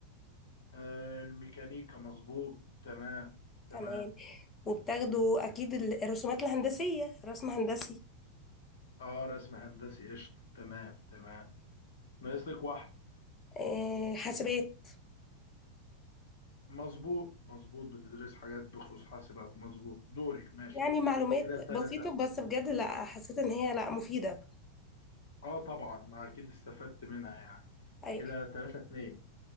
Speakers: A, on the left (about 60°); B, on the left (about 25°).
A: آه الميكانيكا مظبوط تمام
B: تمام
A: تمام
B: وبتاخدوا اكيد ال- الرسومات الهندسية رسم هندسي
A: اه رسم هندسي قشطه تمام تمام ناقص لك واحده
B: آه، حاسبات
A: مظبوط مظبوط بتدرس حاجات بخصوص حاسبات مظبوط دورك ماشي
B: يعني معلومات
A: كده ثلاثه
B: بسيطة بس بجد لا حسيت ان هي لا مفيدة
A: اه طبعا ما اكيد استفدت منها يعني
B: أي
A: كده ثلاثه اتنين